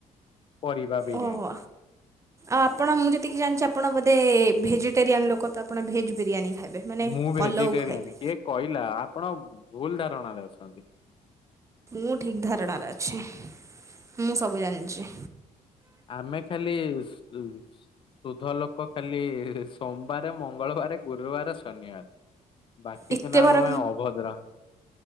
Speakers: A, on the left; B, on the right.
A: ପରିବା ବିରିୟାନୀ।
B: ଓହୋ। ଆଉ ଆପଣ ମୁଁ ଯେତିକି ଜାଣିଚି ଆପଣ ବୋଧେ ଭେଜିଟେରିଆନ୍ ଲୋକ ତ ଆପଣ ଭେଜ୍ ବିରିୟାନୀ ଖାଇବେ ମାନେ
A: ମୁଁ ଭେଜିଟେରିଆନ
B: ପଲଉ ଖାଇବେ
A: କିଏ କହିଲା, ଆପଣ ଭୁଲ ଧାରଣାରେ ଅଛନ୍ତି।
B: ମୁଁ ଠିକ ଧାରଣାରେ ଅଛି। ମୁଁ ସବୁ ଜାଣିଚି।
A: ଆମେ ଖାଲି। <unintelligible> ସୁୁଧ ଲୋକ ଖାଲି ସୋମବାରେ, ମଙ୍ଗଳବାରେ ଗୁରୁବାର, ଶନିବାର। ବାକି
B: ଏତେ
A: ଦିନ ଆମ
B: ବାର
A: ପାଇଁ ଅଭଦ୍ର।